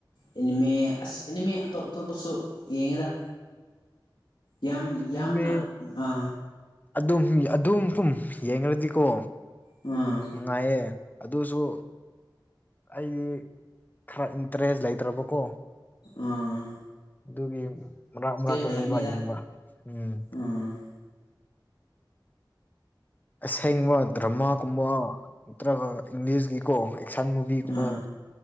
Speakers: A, on the left (about 75°); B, on the left (about 20°).
A: ꯑꯦꯅꯤꯃꯦ ꯑꯁ ꯑꯦꯅꯤꯃꯦ ꯑꯇꯣꯞ ꯑꯇꯣꯞꯄꯁꯨ ꯌꯦꯡꯉꯤꯗ ꯌꯥꯝ ꯌꯥꯝꯅ
B: ꯏꯪꯂꯤ
A: ꯑ
B: ꯑꯗꯨꯝ ꯑꯗꯨꯝ ꯄꯨꯝ ꯌꯦꯡꯂꯗꯤꯀꯣ
A: ꯑꯥ
B: ꯅꯨꯡꯉꯥꯏꯌꯦ ꯑꯗꯨꯁꯨ ꯑꯩꯗꯤ ꯈꯔ ꯏꯟꯇꯔꯦꯁ ꯂꯩꯇ꯭ꯔꯕꯀꯣ
A: ꯑꯥ
B: ꯑꯗꯨꯒꯤ ꯃꯔꯛ ꯃꯔꯛꯇꯅꯦꯕ
A: ꯂꯩꯕꯅꯤꯗ
B: ꯌꯦꯡꯕ ꯎꯝ
A: ꯎꯝ
B: ꯑꯁꯦꯡꯕ ꯗ꯭ꯔꯃꯥꯒꯨꯝꯕ ꯅꯠꯇ꯭ꯔꯒ ꯏꯪꯂꯤꯁꯀꯤꯀꯣ ꯑꯦꯛꯁꯟ ꯕꯤꯒꯨꯝꯕ
A: ꯎꯝ